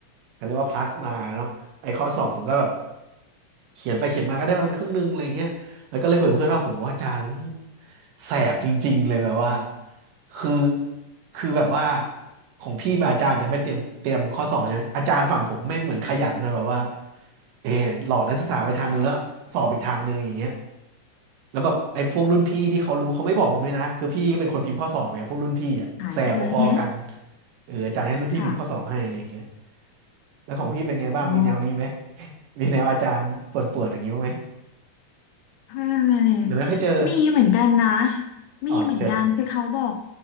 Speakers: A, on the right; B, on the left.
A: เขาเรียกว่า plus มาเนาะไอ้ข้อสอบผมก็แบบ เขียนไปเขียนมาก็ได้มันครึ่งหนึงอะไรเงี้ยแล้วก็เลยคุยกับเพื่อนว่าโหอาจารย์แสบจริงๆเลยแบบว่าคือคือแบบว่าของพี่แบบอาจารย์จะไม่เตรียมเตรียมข้อสอบใช่ไหมอาจารย์ฝั่งผมแม่งเหมือนขยันนะแบบว่าเออหลอกนักศึกษาไปทางนึงแล้วสอบอีกทางนึงอย่างเงี้ยแล้วแบบไอ้พวกรุ่นพี่ที่เขารู้เขาไม่บอกผมเลยนะคือพี่ก็เป็นคนพิมพ์ข้อสอบไงพวกรุ่นพี่อะแสบพอๆกัน
B: หายไปเลยแฮะ
A: เอออาจารย์ให้รุ่นพี่พิมพ์ข้อสอบให้อะไรอย่างเงี้ย
B: ค่ะ
A: แล้วของพี่เป็นไงบ้างมีแนวนี้ไหม
B: อ๋อ
A: <laughs> มีแนวอาจารย์ป่วนๆอย่างนี้บ้างไหม
B: ใช่
A: หรือไม่ค่อยเจอ
B: มีเหมือนกันนะมีเหมือนกันคือเขาบอก
A: อ๋อเจอ